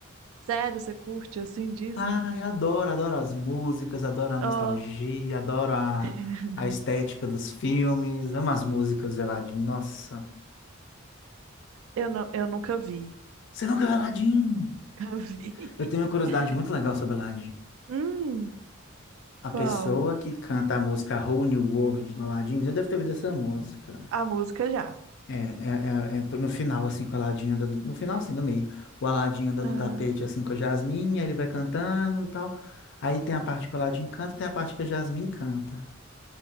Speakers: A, on the right; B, on the left.
A: Sério, você curte assim Disney?
B: Ah, eu adoro, adoro as músicas, adoro a nostalgia,
A: oh
B: adoro a,
A: <laughs>
B: a estética dos filmes. Amo as músicas de Aladdin. Nossa,
A: eu, não, eu nunca vi.
B: você nunca viu Aladdin?
A: Nunca vi.
B: Eu tenho uma curiosidade
A: <laughs>
B: muito legal sobre Aladdin.
A: Hum,
B: A
A: qual?
B: pessoa que canta a música Whole New World do Aladdin já deve ter ouvido essa música.
A: A música já.
B: É, é, é, é no final, assim, com o Aladdin andando. No final, assim, no meio. O Aladdin andando
A: Ah,
B: no tapete, assim, com a Jasmine, aí ele vai cantando e tal. Aí tem a parte que o Aladdin canta e tem a parte que a Jasmine canta.